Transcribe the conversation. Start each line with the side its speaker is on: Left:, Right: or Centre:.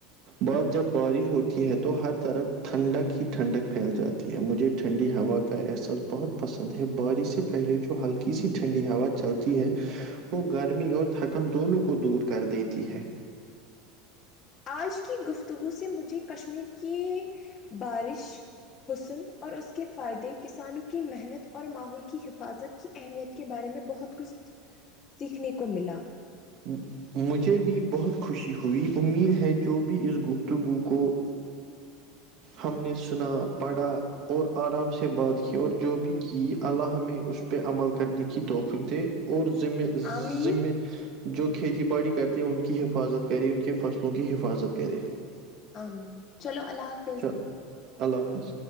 Right: بعد جب بارش ہوتی ہے تو ہر طرف ٹھنڈک ہی ٹھنڈک پھیل جاتی ہے مجھے ٹھنڈی ہوا کا احساس بہت پسند ہے بارش سے پہلے جو ہلکی سی ٹھنڈی ہوا چلتی ہے وہ گرمی اور تھکن دونوں کو دور کر دیتی ہے
Left: آج کی گفتگو سے مجھے کشمیر کی بارش حسن اور اس کے فائدے کسانوں کی محنت اور ماحول کی حفاظت کی اہمیت کے بارے میں بہت کچھ سیکھنے کو ملا
Right: ہ مجھے بھی بہت خوشی ہوئی امید ہے جو بھی ان گفتگو کو ہم نے سنا پڑھا اور ارام سے بات کی اور جو بھی اللہ ہمیں اس پہ عمل کرنے کی توفیق دے اور زم
Left: آمین
Right: زمے جو کھیتی باڑی کرتے ہیں ان کی حفاظت کرے ان کے فصلوں کی حفاظت کرے
Left: عامد چلو اللہ حافظ
Right: چل اللہ حافظ